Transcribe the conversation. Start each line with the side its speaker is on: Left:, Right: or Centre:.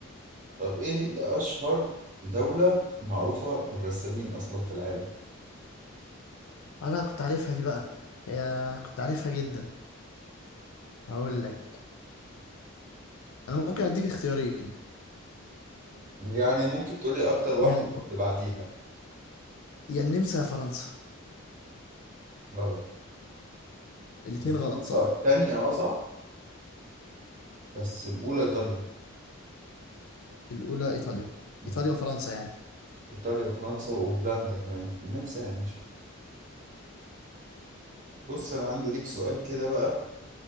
Right: طب ايه هي أشهر دولة معروفة بالرسامين أصلا في العالم؟
Left: انا كنت عارفها دي بقى هي كنت عارفها جدا هقول لك انا ممكن اديك اختيارين
Right: يعني ممكن تقولي أكتر واحدة
Left: يا ال-
Right: واللي بعديها
Left: يا النمسا يا فرنسا
Right: غلط
Left: الاتنين
Right: يبقى
Left: غلط
Right: فرنسا
Left: صح
Right: التانية اه صح بس الأولى إيطاليا
Left: الاولى ايطاليا
Right: مم.
Left: ايطاليا وفرنسا يعني
Right: إيطاليا وفرنسا وهولندا كمان النمسا يعني مش بص أنا عندي ليك سؤال كده بقى